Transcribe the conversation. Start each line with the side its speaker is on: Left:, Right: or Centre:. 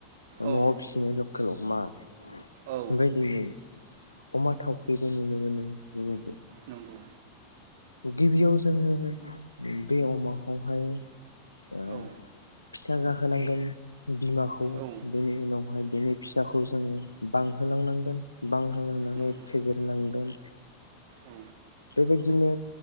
Right: औ
Left: न'आव फिसिनाय लकेल अमा
Right: औ
Left: बेबायदिनो अमा थावख्रिबो नुनो मोनो बेबायदि
Right: नंगौ
Left: गिबियाव जोङो बे अमाखौहाय ओ
Right: औ
Left: फिसा जाहोनांगोन बिमाखौ
Right: औ
Left: बेनि उनावहाय बिनि फिसाखौ जोङो बांहोलांनांगोन बांहोलांनानै
Right: नंगौ
Left: फेदेरनांगोन
Right: औ
Left: बिदिनो